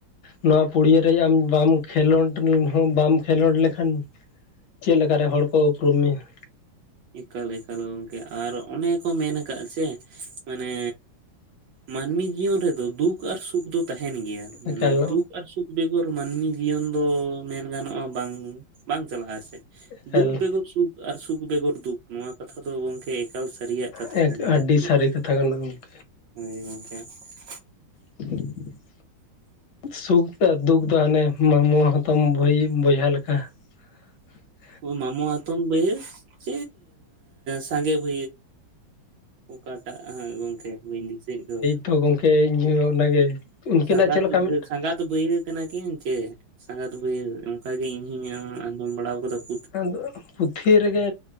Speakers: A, on the left (about 60°); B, on the right (about 70°).
A: ᱱᱚᱣᱟ ᱯᱲᱤᱭᱟᱹ ᱨᱮ ᱟᱢ ᱵᱟᱢ ᱠᱷᱮᱞᱳᱰ ᱞᱮᱱ ᱦᱚᱸ ᱵᱟᱢ ᱠᱷᱮᱞᱳᱰ ᱞᱮᱠᱷᱟᱱ ᱪᱮᱫᱠᱟᱨᱮ ᱦᱚᱲ ᱠᱚ ᱩᱯᱨᱩᱢ ᱢᱮ ᱾
B: ᱮᱠᱟᱞ ᱮᱠᱟᱞ ᱜᱚᱝᱠᱮ ᱟᱨ ᱚᱱᱮ ᱠᱚ ᱢᱮᱱ ᱟᱠᱟᱫ ᱥᱮ ᱢᱟᱱᱮ ᱢᱟᱹᱱᱢᱤ ᱡᱤᱭᱚᱱ ᱨᱮᱫᱚ ᱫᱩᱠ ᱟᱨ ᱥᱩᱠ ᱫᱚ ᱛᱟᱦᱮᱱ ᱜᱮᱭᱟ, ‌ᱢᱟᱱᱮ
A: ᱮᱠᱟᱞ
B: ᱫᱩᱠ ᱟᱨ ᱥᱩᱠ ᱵᱮᱜᱚᱨ ᱢᱟᱹᱱᱢᱤ ᱡᱤᱭᱚᱱ ᱫᱚ ᱢᱮᱱ ᱜᱟᱱᱚᱜᱼᱟ ᱵᱟᱝ ᱵᱟᱝ ᱪᱟᱞᱟᱜᱼᱟ ᱟᱨᱠᱤ ᱾
A: ᱮᱠᱟᱞ
B: ᱫᱩᱠ ᱵᱮᱜᱚᱨ ᱥᱩᱠ ᱟᱨ ᱥᱩᱠ ᱵᱮᱜᱚᱨ ᱫᱩᱠ ᱱᱚᱣᱟ ᱠᱟᱛᱷᱟ ᱫᱚ ᱜᱚᱝᱠᱮ ᱮᱠᱟᱞ ᱥᱟᱹᱨᱤᱭᱟᱜ ᱠᱟᱛᱷᱟ
A: ᱮᱠ
B: ᱠᱟᱱ
A: ᱟᱹᱰᱤ
B: ᱜᱮᱭᱟ ᱾
A: ᱥᱟᱹᱨᱤ ᱠᱟᱛᱷᱟ ᱠᱟᱱᱟ ᱜᱚᱝᱠᱮ
B: ᱦᱳᱭ ᱜᱚᱝᱠᱮ ᱾
A: <inaudible> ᱥᱩᱠ ᱟᱨ ᱫᱩᱠ ᱫᱚ ᱦᱟᱱᱮ ᱢᱟᱢᱳ ᱦᱟᱛᱚᱢ ᱵᱟᱭ ᱵᱚᱭᱦᱟ ᱞᱮᱠᱟ ᱾ <inaudible>
B: ᱢᱟᱢᱩ ᱦᱟᱛᱚᱢ ᱵᱦ ᱪ ᱥᱟᱜᱮ ᱵᱦ ᱚᱠᱟᱴᱟᱜ ᱦᱟᱸᱜ ᱜᱚᱝᱠᱮ ᱵᱟᱹᱧ ᱫᱤᱥᱟ ᱮᱫ ᱫᱚ?
A: ᱛᱚ ᱜᱚᱝᱠᱮ ᱤᱧᱦᱚᱸ ᱚᱱᱟᱜᱮ ᱩᱱᱠᱤᱱᱟᱜ
B: ᱥᱜᱟᱛ
A: ᱪᱮᱫ ᱞᱮᱠᱟ ᱢᱤᱫᱴᱟᱝ
B: ᱥᱜᱟᱛ ᱵᱟᱹᱭ ᱠᱟᱱᱟ ᱠᱤᱱ ᱪᱮ ᱥᱟᱸᱜᱟᱛ ᱵᱟᱹᱭᱦ ᱚᱱᱠᱟ ᱜᱮ ᱤᱧ ᱦᱚᱧ ᱟᱸᱡᱚᱢ ᱵᱟᱲᱟ ᱟᱠᱟᱫᱟ ᱾
A: ᱟᱫᱚ ᱯᱩᱛᱷᱤ ᱨᱮᱜᱮ